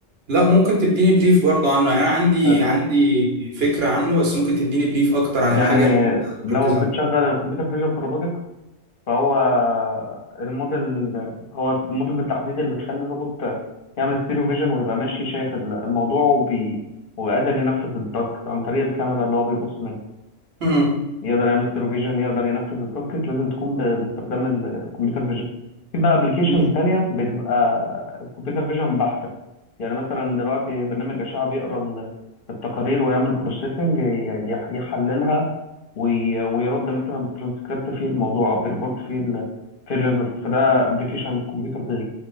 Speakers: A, on the right; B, on the left.
A: لا ممكن تديني بريف برضه عنه يعني انا عندي
B: هت-
A: عندي فكرة عنه بس ممكن تديني بريف اكتر عن
B: يعني
A: الحاجة اللي انت
B: لو
A: مركز
B: بتشغل الكمبيوتر فيجن في الروبوتكس فهو الموديل هو الموديل بالتحديد اللي بيخلي الروبوت يعمل ستيريو فيجن ويبقى ماشي شايف الموضوع وبي وقادر ينفذ التاسك عن طريق الكاميرا اللي هو بيبص منها
A: مم.
B: يقدر يعمل ستيرو فيجن يقدر ينفذ التاسكت لازم تكون ب- باستخدام الكمبيوتر فيجن في بقى ابلكيشن
A: مم.
B: تانية بتبقى كمبيوتر فيجن بحتة يعني مثلا دلوقتي برنامج أشعة بيقرا ال- التقارير ويعمل بروسيسنج يحللها وي- ويرد مثلا بترانسكريبت في الموضوع او بريبورت في ال في الريزلت فده ابلكيشن كمبيوتر فيجن